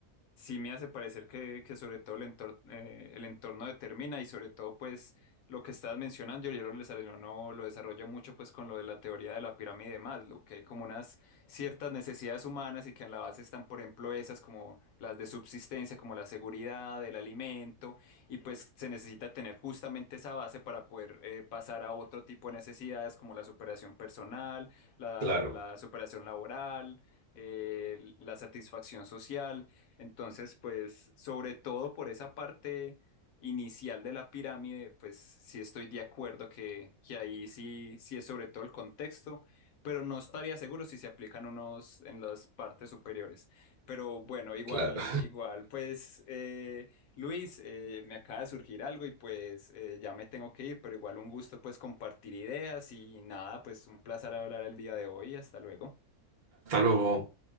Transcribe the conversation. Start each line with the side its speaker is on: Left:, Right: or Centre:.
Left: sí me hace parecer que, que sobre todo el entorno, el entorno determina y sobre todo pues lo que estás mencionando, yo lo desarrollo, no no, lo desarrollo mucho pues con lo de la teoría de la pirámide de Maslow, que hay como unas ciertas necesidades humanas y que en la base están por ejemplo esas como las de subsistencia, como la seguridad, el alimento y pues se necesita tener justamente esa base para poder eh, pasar a otro tipo de necesidades como la superación personal, la,
Right: Claro,
Left: la superación laboral, eh, la satisfacción social. Entonces, pues, sobre todo por esa parte inicial de la pirámide, pues sí estoy de acuerdo que, que ahí sí, sí es sobre todo el contexto, pero no estaría seguro si se aplican unos en las partes superiores. Pero bueno, igual,
Right: claro.
Left: igual, pues, eh, Luis, eh, me acaba de surgir algo y pues eh, ya me tengo que ir, pero igual un gusto pues compartir ideas y nada, pues un placer hablar el día de hoy. Hasta luego.
Right: <laughs>